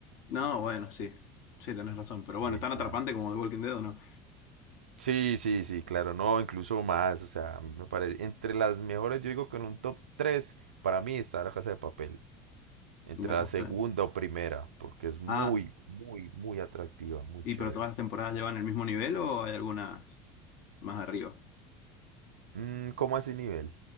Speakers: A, on the left (about 55°); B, on the right (about 75°).
A: No, bueno, sí. Sí, tenés razón. Pero
B: Sí,
A: bueno, ¿es tan
B: claro.
A: atrapante como The Walking Dead o no?
B: Sí, sí, sí, claro, no, incluso más, o sea, a mí me parece, entre las mejores, yo digo que en un top 3 para mí está La Casa de Papel, entre
A: La
B: la
A: casa.
B: segunda o primera, porque es muy,
A: Ah,
B: muy, muy atractiva, muy
A: ¿y
B: chévere.
A: pero todas las temporadas llevan el mismo nivel o hay algunas más arriba?
B: Mm, ¿cómo así nivel?